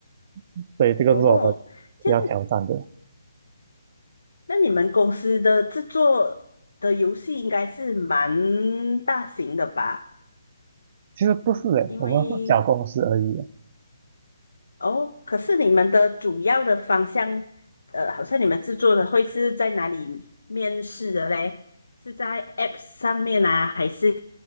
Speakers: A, on the right; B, on the left.
A: <laughs> 所以这个是我们
B: 哦，这样，
A: 需要挑战的。
B: 那你们公司的制作的游戏应该是蛮大型的吧？
A: 其实不是诶，
B: 因为
A: 我们是小公司而已啊，
B: 哦，可是你们的主要的方向，呃，好像你们制作的会是在哪里面试的嘞？是在 App 上面啊，还是